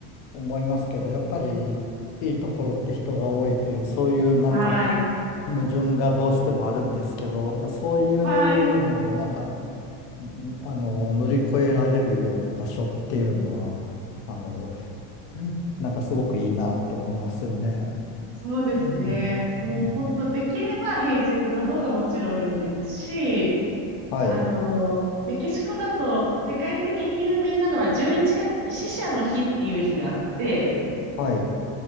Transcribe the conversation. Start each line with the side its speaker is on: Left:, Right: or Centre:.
Left: 思いますけど、やっぱりいいところって人が多いという、そういうなんか
Right: はい。
Left: 矛盾がどうしてもあるんですけど、まあそういうのをなんか、
Right: はい。
Left: んあの、乗り越えられるような場所っていうのは、あの、なんかすごくいいなって思いますよね。
Right: そうですね。
Left: ねえうん
Right: もう本当できれば平日の方がもちろんいいですし、
Left: はい、
Right: あの、メキシコだと世界的に有名なのは11月に死者の日っていう日があって、
Left: はい、